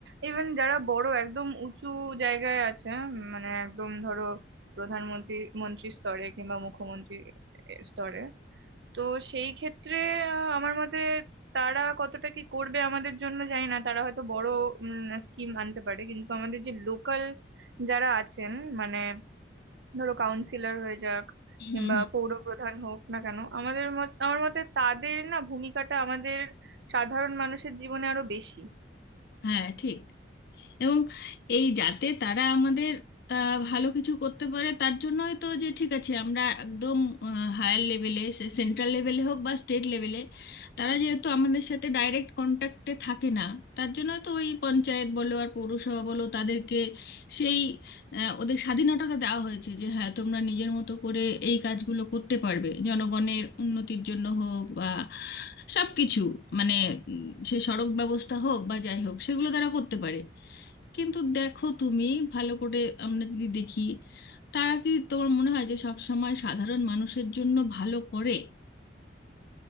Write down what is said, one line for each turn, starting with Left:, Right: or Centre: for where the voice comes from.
Right: ইভেন যারা বড় একদম উঁচু জায়গায় আছে মানে একদম ধরো প্রধানমন্ত্রী মন্ত্রী স্তরে কিংবা মুখ্যমন্ত্রী এ, স্তরে তো সেই ক্ষেত্রে আহ, আমার মতে তারা কতটা কি করবে আমাদের জন্য জানি না তারা হয়তো বড় স্কিম আনতে পারে কিন্তু আমাদের যে লোকাল যারা আছেন মানে ধরো কাউন্সিলর হয়ে যাক
Left: হুম
Right: কিংবা
Left: হুম হুম
Right: পৌর প্রধান হোক না কেন আমাদের মত আমার মতে তাদের না ভূমিকাটা আমাদের সাধারণ মানুষের জীবনে আরো বেশি
Left: হ্যাঁ ঠিক এবং এই যাতে তারা আমাদের আহ, ভালো কিছু করতে পারে তার জন্যই তো যে ঠিক আছে আমরা একদম হায়ার লেভেলে সে সেন্ট্রাল লেভেলে হোক বা স্টেট লেভেলে তারা যেহেতু আমাদের সাথে ডাইরেক্ট কন্ট্যাক্টে থাকে না তার জন্য তো ওই পঞ্চায়েত বলো আর পৌরসভা বলো তাদেরকে সেই আহ, ওদের স্বাধীনতাটা দেওয়া হয়েছে যে হ্যাঁ তোমরা নিজের মতো করে এই কাজগুলো করতে পারবে জনগণের উন্নতির জন্য হোক বা সব কিছু মানে উম, সে সড়ক ব্যবস্থা হোক বা যাই হোক সেগুলো তারা করতে পারে কিন্তু দেখো তুমি ভালো করে আমরা যদি দেখি তারা কি তোমার মনে হয় যে সব সময় সাধারণ মানুষের জন্য ভালো করে